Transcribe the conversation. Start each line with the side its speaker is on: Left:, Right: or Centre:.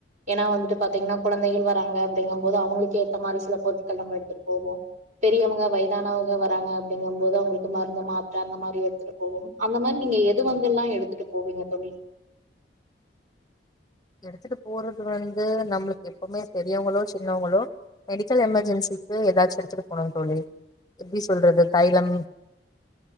Right: ஏன்னா வந்துட்டு பாத்தீங்கன்னா குழந்தைகள் வர்றாங்க அப்டிங்கும் போது அவுங்களுக்கு ஏத்த மாரி சில பொருட்கள் நம்ம எடுத்துட்டு போவோ பெரியவங்க வயதானவங்க வர்றாங்க அப்டிங்கும் போது அவுங்களுக்கு மருந்து மாத்ர அந்த மாரி எடுத்துட்டு போவோம் அந்த மாரி நீங் க எது வந்தெல்லா எடுத்துட்டு போவீங்க தோழி
Left: எடுத்துட்டு போறது வந்து நம்மளுக்கு எப்பவுமே பெரியவங்களோ சின்னவங்களோ மெடிக்கல் எமெர்ஜென்சிக்கு ஏதாச்சு எடுத்துட்டு போணு தோழி எப்டி சொல்றது தைலம்